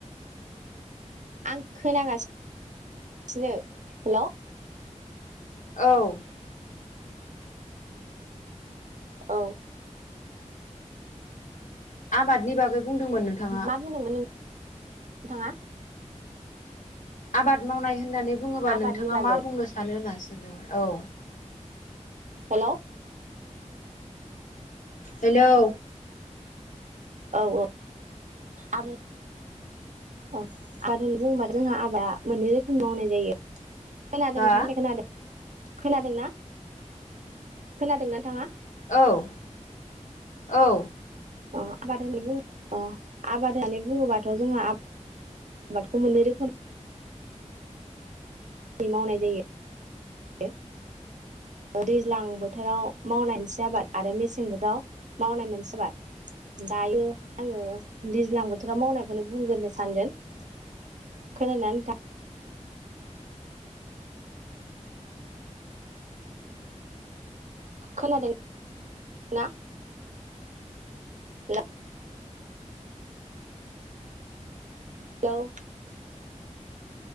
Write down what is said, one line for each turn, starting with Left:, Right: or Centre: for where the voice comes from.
Right: आं खोनागासिनो हेल'
Left: औ
Right: औ
Left: आबादनि बागै बुंदोंमोन नोंथाङा।
Right: मा बुंदोंमोन नोंथाङा?
Left: आबाद मावनाय होननानै बुङोबा
Right: आबादनि
Left: नोंथाङा
Right: बागै
Left: मा बुंनो सानो होनास औ
Right: हेलौ
Left: हेलौ
Right: औ औ आरो औ आरो होननानै बुङोबा जोंहा आबाद मोननै रोखोम मावनाय जायो । खोनादों
Left: हा
Right: नोंथां दे खोनादों । खोनादों ना खोनादों नोंथाङा?
Left: औ औ
Right: अ आबाद होननानै बुं अ आबाद होननानै बुङोबाथ जोंहा आबादखौ मोननै रोखोम नि मावनाय जायो दैज्लां बोथोराव मावनाय मोनसे आबाद आरो मेसें बोथोराव मावनाय मोनसे आबाद दायो आंङो दैज्लां बोथोराव मावनायखौनो बुंग्रोनो सानगोन खोनादोंना नोंथां? खोनादों ना? Hello hello